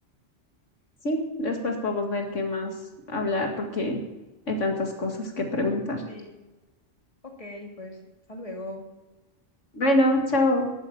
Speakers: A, on the left; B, on the left.
A: Sí, después podemos ver qué más hablar porque hay tantas cosas que preguntar.
B: Sí, Ok, pues hasta luego.
A: Bueno, chao.